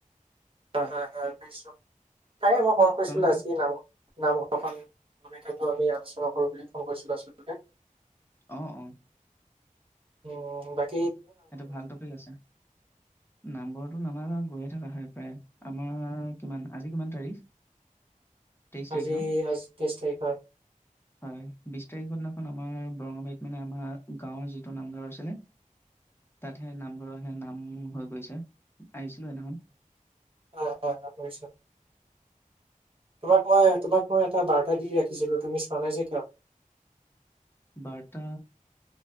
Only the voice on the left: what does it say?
তোমালোকৰ তাত
অ', অ'।
এইটো ভাল টপিক আছে, নামঘৰটো নামা গৈয়ে থকা হয় প্ৰায়, আমাৰ কিমান, আজি কিমান তাৰিখ? তেইশ তাৰিখ
ন
হয় বিশ তাৰিখৰ দিনাখন আমাৰ বৰঙাবাৰীত মানে, আমাৰ গাঁৱৰ যিটো নামঘৰ আছিলে। তাত হে নাম- ঘৰ হে নাম হৈ গৈছে। আহিছিলো এদিখন।
বাৰটা